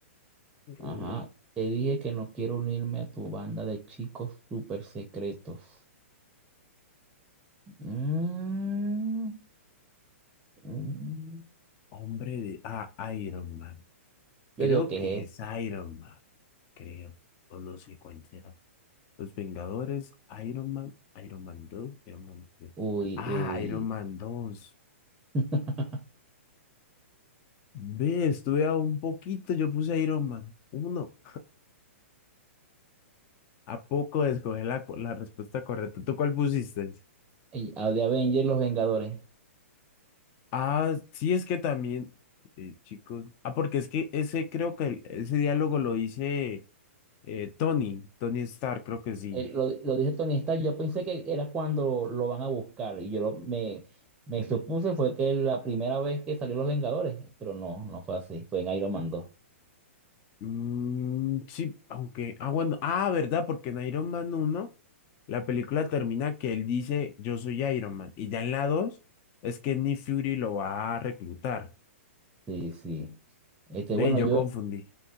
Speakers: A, on the left; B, on the right.
A: Eh,
B: Ajá. Te dije que no quiero unirme a tu banda de chicos súper secretos. Mm, mm.
A: hombre de... Ah, Iron Man.
B: Yo
A: Creo
B: digo que
A: que
B: es.
A: es
B: esto?
A: Iron Man. Creo. O no sé cuál será. Los Vengadores, Iron Man, Iron Man dos Iron Man 3.
B: Uy,
A: Ah,
B: uy.
A: Iron Man dos
B: <laughs>
A: Ve, estuve a un poquito, yo puse Iron Man uno ¿A poco escogí la, cu- la respuesta correcta? ¿Tú cuál pusiste?
B: Y- ah, De Avengers, Los Vengadores.
A: Ah, sí, es que también, eh, chicos. Ah, porque es que ese creo que el- ese diálogo lo hice eh, Tony, Tony Stark, creo que sí.
B: Él lo, lo dice Tony Stark, yo pensé que era cuando lo van a buscar y yo lo- me, me supuse fue que la primera vez que salió Los Vengadores, pero no, no fue así, fue en Iron Man dos
A: Mm, sí, aunque, ah, bueno, ah, ¿verdad? Porque en Iron Man uno la película termina que él dice, yo soy Iron Man, y ya en la 2 es que Nick Fury lo va a reclutar.
B: Sí, sí. Este, bueno,
A: Ve, yo
B: yo
A: confundí,